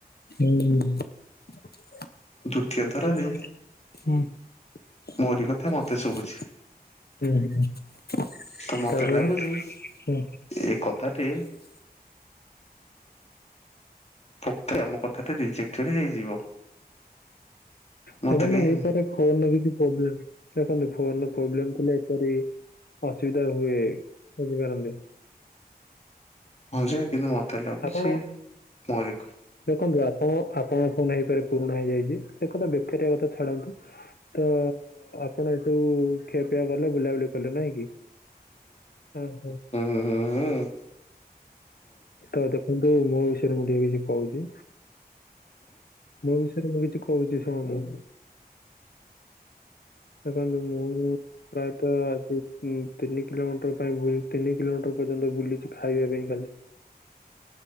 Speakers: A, on the left; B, on the left.
A: ହୁଁ। <inaudible>
B: ଦ୍ଵିତୀୟ
A: ହୁଁ
B: ଥରରେ
A: <inaudible> ଉଁ
B: ମୋରି କଥା ମତେ
A: ହୁଁ
B: ଶୁଭୁଛି
A: <inaudible> ତାପରେ
B: ତ ମତେ ଲାଗୁଛି
A: ଓହୋ <inaudible>
B: ଏ କଥାଟି <unintelligible> ଆମ କଥାଟି ରିଜେକ୍ଟଟେଡ୍ ହେଇଯିବ। ମତେ
A: ଦେଖନ୍ତୁ
B: କାହିଁ
A: ଏହି ପରେ ଫୋନ କିଛି ପ୍ରୋବ୍ଲେମ ଦେଖନ୍ତୁ ଫୋନ ପ୍ରୋବ୍ଲେମ ଥିଲେ ଏପରି ଅସୁବିଧା ହୁଏ ବଝିପାରନ୍ତି।
B: ହଁ ଯେ କିନ୍ତୁ ମତେ ଲାଗୁଛି
A: ଆପଣ
B: ମୋରି
A: ଦେଖନ୍ତୁ ଆପଣ ଆପଣଙ୍କ ଫୋନ ହେଇପାରେ ପୁରୁଣା ହେଇଯାଇଚି। ସେ କଥା ବେକାରିଆ କଥା ଛାଡନ୍ତୁ। ତ ଆପଣ ହେତୁ ଖିଆପିଆ କଲେ ବୁଲାବୁଲି କଲେ ନାଇଁ କି? ଆହୋ।
B: ହୁଁ ଉଁ ଉଁ।
A: ତ ଦେଖନ୍ତୁ ମୋ ବିଷୟରେ ମୁଁ ଟିକେ କିଛି କୋହୁଚି ମୋ ବିଷ ସେଠି ମୁଁ କିଛି କୋହୁଚି ଶୁଣନ୍ତୁ ସେ ତ ମୁଁ-ମୁଁ ପ୍ରାୟତଃ ଜି ତିନି କିଲୋମିଟର ପାଇଁ ତିନି କିଲୋମିଟର ପର୍ଯ୍ୟନ୍ତ ବୁଲିଚୁ ଖାଇବାପାଇଁ ଖାଲି।